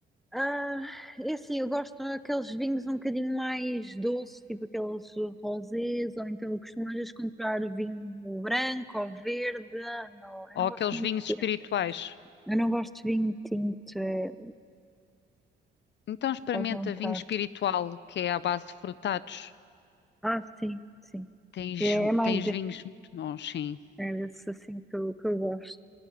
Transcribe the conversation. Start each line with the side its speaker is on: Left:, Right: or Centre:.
Centre: Ah, é assim, eu gosto daqueles vinhos um bocadinho mais doces, tipo aqueles rosés, ou então eu costumo às vezes comprar vinho branco ou verde. Ah, Não, eu
Left: Ou
Centre: não
Left: aqueles
Centre: gosto muito
Left: vinhos espirituais?
Centre: de tinto. Eu não gosto de vinho tinto, é,
Left: Então experimenta
Centre: faz-me um bocado.
Left: vinho espiritual, que é à base de frutados.
Centre: Ah, sim, sim.
Left: Tens,
Centre: É, é mais
Left: tens
Centre: de,
Left: vinhos muito bons, sim.
Centre: é desse assim que eu, que eu gosto.